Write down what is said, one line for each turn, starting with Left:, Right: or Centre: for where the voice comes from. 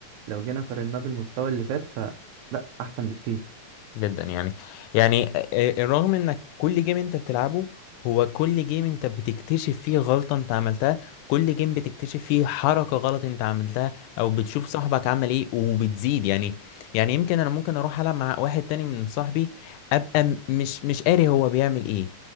Right: لو جينا قارناه بالمستوى اللي فات فلا احسن بكتير
Left: جدا يعني يعني آه، الرغم انك كل جيم انت بتلعبه هو كل جيم انت بتكتشف فيه غلطة انت عملتها كل جيم بتكتشف فيه حركة غلط انت عملتها او بتشوف صاحبك عمل ايه وبتزيد يعني يعني يمكن انا ممكن اروح العب مع واحد تاني من صاحبي ابقى م- مش مش قاري هو بيعمل ايه